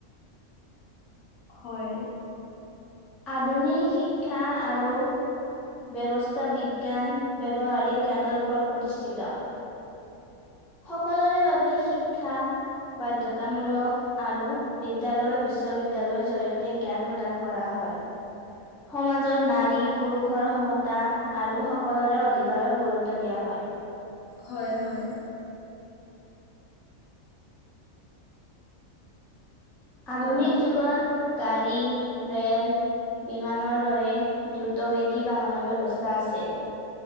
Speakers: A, on the left (about 75°); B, in the centre.
A: হয়।
B: আধুনিক শিক্ষা আৰু ব্যৱস্থা বিজ্ঞান ব্যৱহাৰিক জ্ঞানৰ ওপৰত প্ৰতিষ্ঠিত। সকলোৰে বাবে শিক্ষা বাধ্যতামূলক। আৰু বিদ্যালয়, বিশ্ববিদ্যালয়ৰ জৰিয়তে জ্ঞান প্ৰদান কৰা হয়। সমাজত নাৰী পুৰুষৰ সমতা আৰু সকলোৰে অধিকাৰক গুৰুত্ব দিয়া হয়।
A: হয়, হয়।
B: আধুনিক
A: আহ
B: যুগত গাড়ী, ৰেল বিমানৰ দৰে দ্ৰুতবেগী বাহনৰ ব্যৱস্থা আছে।